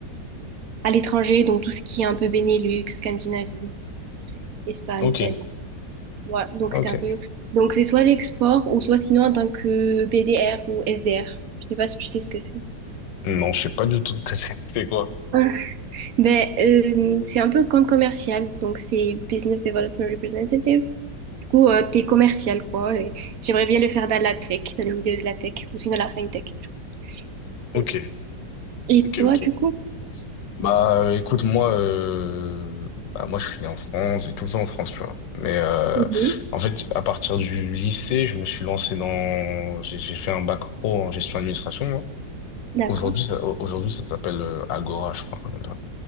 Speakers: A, on the right (about 60°); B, on the left (about 75°).
A: à l'étranger, donc tout ce qui est un peu Benelux, Scandinavie, Espagne,
B: Ok.
A: Italie. Voilà, donc
B: Ok.
A: c'était un peu... Donc c'est soit l'export ou soit sinon en tant que BDR ou SDR. Je sais pas si tu sais ce que c'est.
B: Non, je sais pas du tout ce que c'est. C'est quoi?
A: Hein. Ben, euh, c'est un peu comme commercial, donc c'est Business Development Representative. Du coup, euh, t'es commercial, quoi. et J'aimerais bien le faire dans la tech, dans le milieu de la tech, ou sinon la fintech. du coup.
B: Ok.
A: Et
B: Ok,
A: toi,
B: ok.
A: du coup?
B: Bah euh, écoute moi euh, bah, moi je suis né en France j'ai tout fait en France tu vois mais euh,
A: Mhm.
B: en fait à partir du lycée je me suis lancé dans j'ai j'ai fait un bac pro en gestion administration moi.
A: D'accord.
B: Aujourd'hui ça au- aujourd'hui ça s'appelle euh, Agora je crois comme ça.